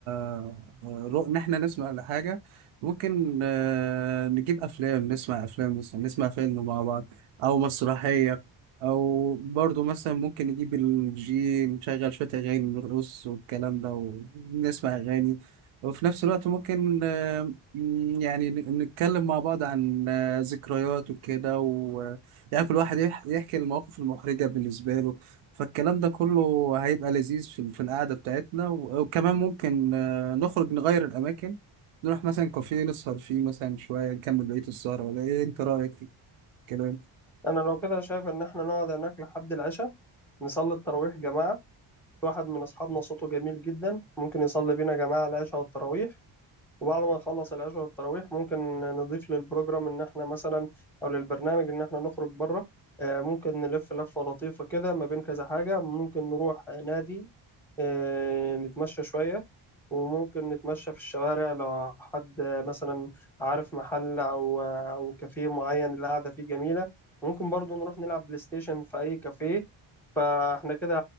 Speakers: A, on the right; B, in the centre.
A: آه، رؤ ان احنا نسمع لحاجه ممكن آه، نجيب افلام نسمع افلام مثلا نسمع فيلم مع بعض او مسرحيه او برضو مثلا ممكن نجيب الجي نشغل شويه اغاني نرقص والكلام ده ونسمع اغاني وفي نفس الوقت ممكن آه، م- يعني ن- نتكلم مع بعض عن آه، ذكريات وكده و يعني كل واحد يح- يحكي المواقف المحرجه بالنسبه له فالكلام ده كله هيبقى لذيذ في في القعدة بتاعتنا و- وكمان ممكن آه، نخرج نغير الأماكن نروح مثلا كافيه نسهر فيه مثلا شوية نكمل بقية السهرة ولا إيه أنت رأيك في الكلام؟
B: أنا لو كده شايف إن إحنا نقعد هناك لحد العشاء نصلي التراويح جماعة في واحد من أصحابنا صوته جميل جدا ممكن يصلي بينا جماعة العشاء والتراويح وبعد ما نخلص العشاء والتراويح ممكن نضيف للبروجرام ان احنا مثلا او للبرنامج ان احنا نخرج بره آه، ممكن نلف لفة لطيفة كده ما بين كذا حاجة ممكن نروح نادي آه، نتمشى شوية وممكن نتمشى في الشوارع لو حد آه، مثلا عارف محل او آه، او كافيه معين القعدة فيه جميلة ممكن برضو نروح نلعب بلاي ستيشن في اي كافيه فاحنا كده